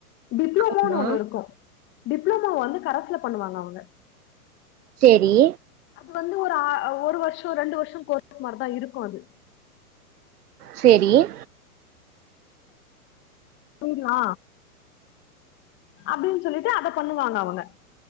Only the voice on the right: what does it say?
ஆமா.
சேரி
சேரி <inaudible>